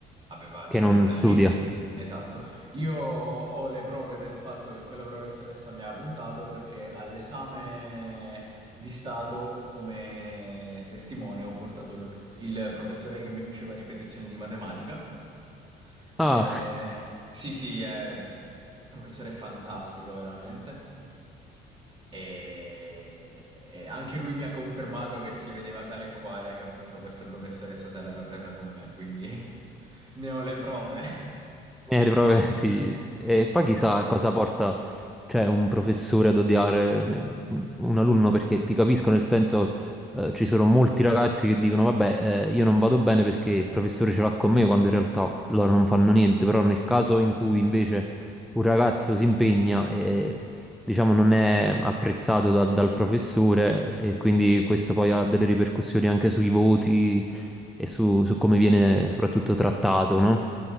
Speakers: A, on the right; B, in the centre.
A: aveva dei
B: Che
A: problemi.
B: non studia.
A: Esatto. Io ho le prove del fatto che quella professoressa mi ha puntato perché all'esame di Stato come testimone ho portato il, il professore che mi faceva ripetizioni di matematica.
B: Ah,
A: Eh, sì, sì, è un professore fantastico, veramente. E, e anche lui mi ha confermato che si vedeva tale e quale, che appunto questa professoressa se l'era presa con me, quindi <laughs> ne ho le prove. <laughs>
B: Eh, le prove, <laughs> sì.
A: Sì,
B: E poi chissà cosa porta, cioè, un professore ad odiare eh, un alunno, perché ti capisco, nel senso, eh, ci sono molti ragazzi che dicono, vabbè, eh, io non vado bene perché il professore ce l'ha con me, quando in realtà loro non fanno niente, però nel caso in cui invece un ragazzo si impegna e, diciamo, non è apprezzato da- dal professore e quindi questo poi ha delle ripercussioni anche sui voti e su, su come viene soprattutto trattato, no?